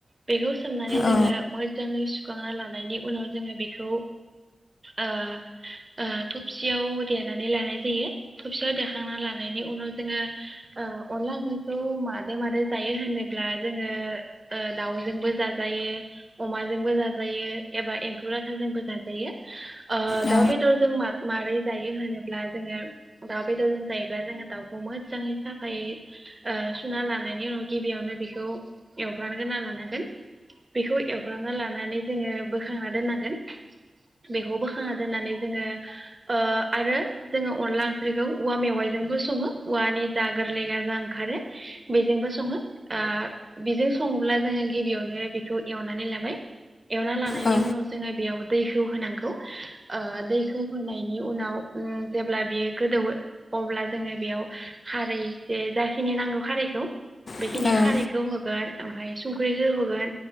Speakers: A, on the right; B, on the left.
A: बेखौ सोमनानै जोङो
B: औ
A: मोजाङै सुखांना लानायनि उनाव जोङो बेखौ ओ ओ थबसियाव देनानै लानाय जायो थबसियाव देखांना लानायनि उनाव जोङो औ अनला ओंख्रिखौ मादे मादे जायो होनोब्ला जोङो ओ दाउजोंबो जाजायो अमाजोंबो जाजायो एबा एम्फौ लाथाजोंबो जाजायो ओ
B: औ
A: दाउ बेदरजों माथ मारै जायो होनोब्ला जोङो दाउ बेदरजों जायोब्ला जोङो दाउखौ मोजाङै साफायै ओ सुना लानायनि उनाव गिबियावनो बेखौ एवफ्राम गोना लानांगोन बेखौ एवफ्रामना लानानै जोङो बोखांना दोननांगोन बेखौ बोखांना दोननानै जोङो ओ आरो जोङो अनला ओंख्रिखौ औवा मेवाइजोंबो सङो औवानि जा गोरलै गाजा ओंखारो बेजोंबो सङो ओ बेजों सङोब्ला जोङो गिबियावनो बेखौ एवनानै लाबाय एवना लानायनि
B: औ
A: उनाव जोङो बेयाव दैखौ होनांगौ ओ दैखौ होनायनि उनाव ओ जेब्ला बियो गोदौवो अब्ला जोङो बेयाव खारै एसे जाखिनि नांगौ खारैखौ बेखिनि
B: औ औ
A: खारैखौ होगोन ओमफाय संख्रिजो होगोन